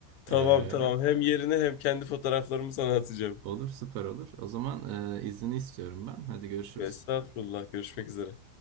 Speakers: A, on the left; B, on the right.
A: Tamam
B: Ee,
A: tamam. Hem yerine hem kendi fotoğraflarımı sana atacağım.
B: olur, süper olur. O zaman e, izni istiyorum ben. Hadi görüşürüz.
A: Estağfurullah. Görüşmek üzere.